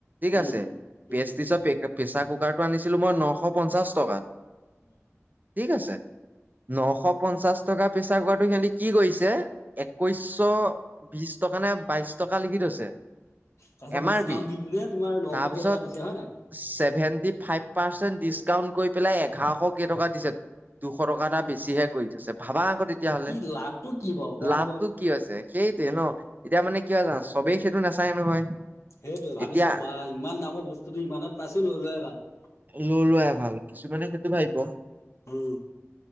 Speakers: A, on the right; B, on the left.
A: ঠিক
B: উম।
A: আছে
B: উম,
A: পেচটিছৰ প্ৰেছাৰ কুকাৰটো আনিছিলোঁ মই নশ পঞ্চাশ টকাত।
B: উম!
A: ঠিক আছে নশ পঞ্চাশ- টকা প্ৰেছাৰ কুকাৰটো সিহঁতে কি কৰিছে একৈশশ বিশ টকা নে বাইশ টকা লিখি থইছে।
B: তাৰপিছত
A: এম
B: ডিচকাউণ্ট
A: আৰ পি
B: দি পিনে তোমাৰ নশ
A: তাৰপিছত
B: কেইটকা দিছে হয়
A: ছেভেনট। ফাইপ পাৰচেন ডিছকাউণ্ট কৰি পেলাই এঘাৰ শ কেই টকা দিছে। দুশ টকা এটা বেছিহে কৰি থৈছে। ভাবা আকৌ
B: নাই
A: তেতিয়া হ'লে
B: কি লাভটো কি বাৰু কোৱাচোন
A: লাভটো
B: বাৰু।
A: কি হৈছে। সেইটোৱে ন এতিয়া মানে কি হয়। জান চবেই সেইটো নাচায় নহয়
B: সেইটোৱে ভাবিছা
A: এতিয়া
B: বা ইমান দামৰ বস্তুটো ইমানত পাইছোঁ লৈ লোৱয়াই ভাল-
A: নোলোৱই ভাল কিছুমানে সেইটো ভাবিব।
B: উম